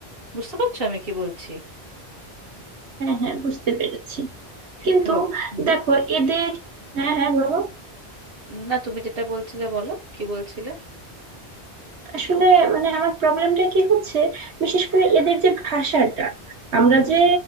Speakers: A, on the right; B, on the right.
A: বুঝতে পারছো আমি কি বলছি
B: হ্যাঁ হ্যাঁ বুঝতে পেরেছি কিন্তু
A: দেখো হুম
B: দেখো এদের হ্যাঁ হ্যাঁ বলো
A: না তুমি যেটা বলছিলে বলো কি বলছিলে
B: আসলে মানে আমার প্রবলেমটা কি হচ্ছে বিশেষ করে এদের যে ভাষাটা আমরা যে